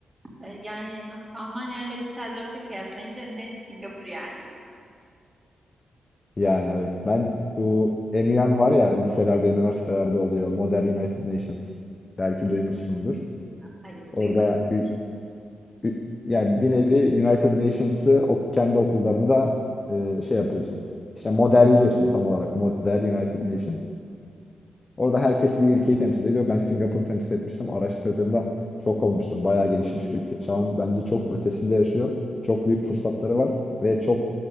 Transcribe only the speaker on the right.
E, Yani A- Almanya ile Düsseldorf'la kıyaslayınca net Singapur yani.
Hayır,
duymadım
hiç.